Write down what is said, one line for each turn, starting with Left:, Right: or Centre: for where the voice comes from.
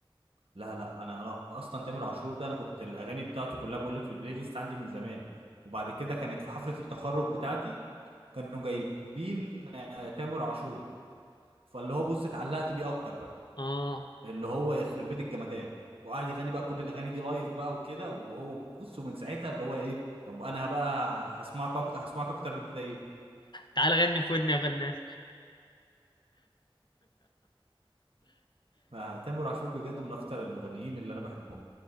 Right: لا لا انا انا اصلا تامر عاشور ده انا كنت الاغاني بتاعته كلها بقول لك في البلاي ليست عندي من زمان وبعد كده كانت في حفله التخرج بتاعتي كانوا جايبين آه، تامر عاشور فاللي هو بص اتعلقت بيه اكتر بقى
Left: اه
Right: اللي هو يخرب بيت الجمدان وقعد يغني بقى كل الاغاني دي لايف بقى وكده وهو ب- بص ومن ساعتها اللي هو ايه طب انا بقى هسمعك اكتر هسمعك اكتر من كده ايه
Left: تعال غني في ودني يا فنان
Right: فتامر عاشور بجد من اكتر المغنيين اللي انا بحبهم